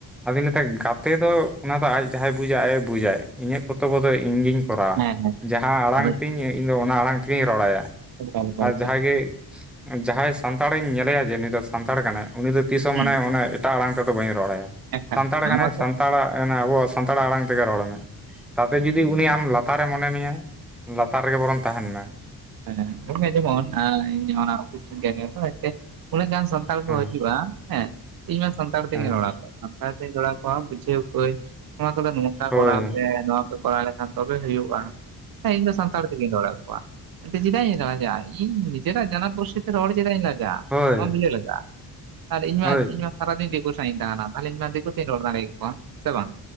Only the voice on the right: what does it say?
ᱦᱮᱸ ᱦᱮᱸ
ᱟᱫᱚ
ᱮᱠᱟᱞ ᱮᱠᱟᱞ
ᱮᱠᱟᱞ
ᱦᱩᱸ
ᱮᱠᱟᱞ
ᱱᱚᱣᱟ
ᱢᱟᱛᱚ
ᱦᱮᱸ, ᱦᱮᱸ ᱚᱱᱮ ᱡᱮᱢᱚᱱ ᱤᱧ ᱚᱱᱟ ᱚᱯᱷᱤᱥ ᱨᱤᱧ <inaudible> ᱩᱱᱟᱹᱜ ᱜᱟᱱ ᱥᱟᱱ ᱛᱟᱲ
ᱠᱚ ᱦᱤᱡᱩᱜᱼᱟ, ᱦᱮᱸ ᱤᱧ ᱢᱟ ᱥᱟᱱᱛᱟᱲ ᱛᱮᱜᱤᱧ
ᱨᱚᱲ ᱟᱠᱚᱣᱟ ᱾ ᱥᱟᱱᱛᱟᱲ ᱛᱮᱧ ᱨᱚᱲ ᱠᱚᱣᱟ, ᱵᱩᱡᱷᱟᱹᱣ ᱠᱚᱣᱟᱧ, ᱱᱚᱣᱟ ᱠᱚᱫᱚ ᱱᱚᱝᱠᱟ
ᱠᱚᱨᱟᱣ ᱯᱮ ᱱᱚᱣᱟ ᱠᱚᱨᱟᱣ ᱞᱮᱠᱷᱟᱱ ᱛᱚᱵᱮ ᱦᱩᱭᱩᱜᱼᱟ, ᱦᱮᱸ ᱤᱧ ᱫᱚ ᱥᱟᱱᱛᱟᱲ ᱛᱮᱜᱤᱧ ᱨᱚᱲ ᱟᱠᱚᱣᱟ᱾ ᱪᱮᱫᱟᱜ ᱤᱧ ᱞᱟᱡᱟᱜᱼᱟ, ᱤᱧ ᱱᱤᱡᱮ ᱨᱟᱜ ᱡᱟᱱᱟᱢ ᱯᱟᱹᱨᱥᱤ ᱛᱮ ᱨᱚᱲ ᱪᱮᱫᱟᱜ ᱤᱧ ᱞᱟᱡᱟᱜᱼᱟ
᱾ ᱱᱚᱣᱟ ᱫᱚ ᱪᱮᱫ ᱞᱮᱠᱟ ᱟᱨ ᱤᱧ
ᱢᱟ, ᱤᱧ ᱢᱟ ᱥᱟᱨᱟ ᱫᱤᱱ ᱫᱤᱠᱩ ᱥᱟᱣ ᱤᱧ ᱛᱟᱦᱮᱸᱱᱟ, ᱛᱟᱦᱚᱞᱮ ᱤᱧ ᱢᱟ ᱫᱤᱠᱩ ᱛᱮ ᱨᱚᱲ ᱫᱟᱲᱮ ᱠᱚᱣᱟ ᱥᱮ ᱵᱟᱝ?